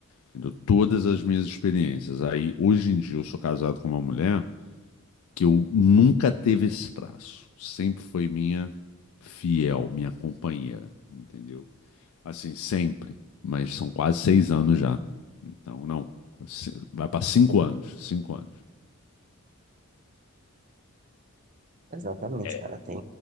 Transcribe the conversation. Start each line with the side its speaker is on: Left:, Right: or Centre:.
Left: entendeu? Todas as minhas experiências. Aí, hoje em dia, eu sou casado com uma mulher que eu nunca teve esse traço. Sempre foi minha fiel, minha companheira, entendeu? Assim, sempre. Mas são quase seis anos já. Então, não. se- Vai para cinco anos. Cinco anos.
Right: Exatamente,
Left: É.
Right: cara. Tem,